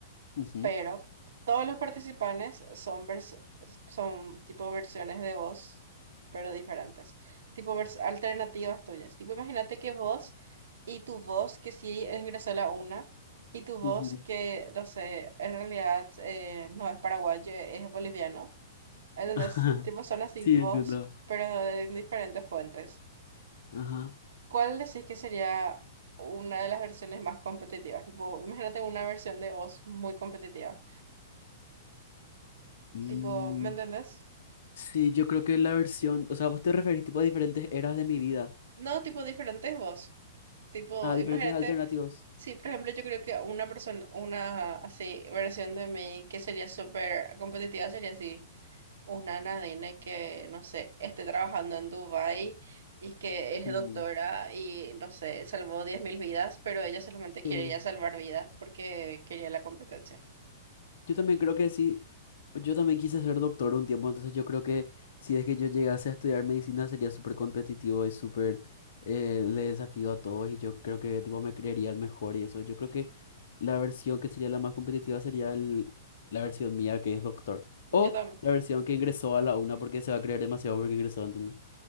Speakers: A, on the left; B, on the right.
A: ujú.
B: pero todos los participantes son, vers- son tipo versiones de vos, pero diferentes, tipo vers- alternativas tuyas. Tipo, imagínate que vos y tu voz que sí ingresó la una. Y tu voz
A: Ujú.
B: que, no sé, en realidad eh, no es paraguayo, es boliviano entonces
A: <laughs> Ajá.
B: Tipo, son así
A: Sí,
B: vos,
A: entiendo.
B: pero de diferentes fuentes.
A: Ajá.
B: ¿Cuál decís que sería una de las versiones más competitivas? Tipo, imagínate una versión de voz muy competitiva.
A: Mm,
B: Tipo, ¿me entendés?
A: sí, yo creo que la versión, o sea, vos te referís tipo a diferentes eras de mi vida,
B: No, tipo, diferentes voz Tipo,
A: a diferentes
B: imagínate,
A: alternativos.
B: sí, por ejemplo, yo creo que una persona, una así versión de mí que sería súper competitiva sería así. una Nadine que, no sé, esté trabajando en Dubai y que es
A: Mm,
B: doctora y, no sé, salvó 10.000 vidas, pero ella solamente
A: Sí.
B: quería salvar vidas porque quería la competencia.
A: Yo también creo que sí, yo también quise ser doctor un tiempo, entonces yo creo que si es que yo llegase a estudiar medicina sería súper competitivo y súper eh, le desafío a todos y yo creo que tipo me creería el mejor y eso. Yo creo que La versión que sería la más competitiva sería el- la versión mía que es doctor.
B: Yo
A: O
B: también,
A: la versión que ingresó a la una porque se va a creer demasiado porque ingresó, ¿entendés?